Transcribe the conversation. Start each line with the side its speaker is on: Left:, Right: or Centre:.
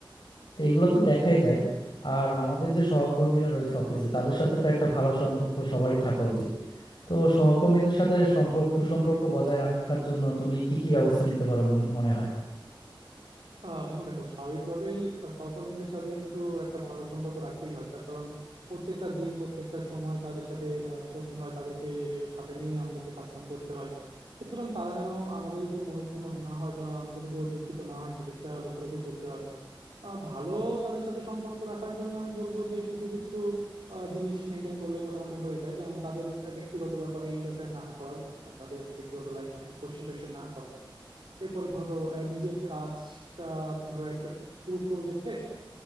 Left: তো এগুলো তো দেখাই যায় আর আমাদের যে সহকর্মীরা রয়েছে অফিসে তাদের সাথে তো একটা ভালো সম্পর্ক সবারই থাকা উচিত তো সহকর্মীদের সাথে সম্পর্ক সুসম্পর্ক বজায় রাখার জন্য তুমি কি কি ব্যবস্থা নিতে পারো মনে মনে হয়
Right: আহ বন্ধু দেখো স্বাভাবিকভাবেই সহকর্মীদের সাথে কিন্তু একটা ভালো সম্পর্ক রাখতেই হয় তার কারণ প্রত্যেকটা দিন প্রত্যেকটা সময় তাদের সাথে আহ, চলতে হয় তাদেরকে সাথে নিয়ে আমাদেরকে কাজকাম করতে হয় সুতরাং তারা যেন আমাদের উপর মনোক্ষুণ্ণ না হয় বা আমাদের উপর দুঃখিত না হয় সেদিকটা লক্ষ্য রেখে চলতে হয় আহ, ভালো তাদের সাথে সম্পর্ক রাখার জন্য আমি বলবো যে কিছু কিছু আহ, জিনিস মেনটেন করলে মোটামুটি হয়ে যায় যেমন তাদের আহ, ব্যক্তিগত ব্যাপারে ইন্টারফেয়ার না করা আহ, তাদের ব্যক্তিগত লাইফ নিয়ে কোশ্চেন টোশ্চেন না করা এরপরে ধরো আহ, নিজের কাজটা ধরো একটা পুরো প্রজেক্টে